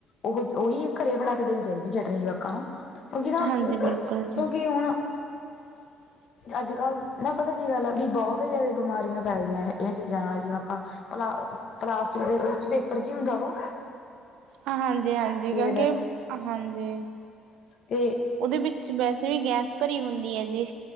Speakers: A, on the left; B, on the right.
A: ਓਹ ਓਹੀ ਘਰੇ ਬਣਾ ਕੇ ਦੇਣੀ ਚਾਹੀਦੀ ਚਟਨੀ਼ ਜਵਾਕਾਂ ਨੂੰ। ਕੂਜ ਨਾ,
B: ਹਾਂਜੀ
A: ਕੇਓੂਕਿ
B: ਬਿਲਕੁਲ ਜੀ
A: ਹੋਣ <unintelligible>
B: <inaudible>
A: ਅੱਜ-ਕੱਲ, ਨਾਂ ਪਤਾ ਕੀ ਗੱਲ ਆ ਬੀ ਬੋਤ ਜੈਦੇ ਬਮਾਰੀਆਂ ਫੈਲਦੀਆਂ ਨੇ ਏ ਚੀਜਾਂ ਨਾਲ ਜਿਵੇਂ ਆਪਾਂ ਪਲਾ, <unintelligible> ਪਲਾਸਟਿਕ ਦੇ ਓਚ ਪੇਪਰ ਜੀ ਹੁੰਦਾ ਓਹ।
B: ਹਾਂ, ਹਾਂਜੀ ਹਾਂਜੀ <unintelligible>
A: ਦੇ
B: ਹਾਂਜੀ।
A: ਤੇ
B: ਓਦੇ ਬਿੱਚ ਵੈਸੇ ਈ ਗੈਸ ਭਰੀ ਹੁੰਦੀ ਐ ਜੀ।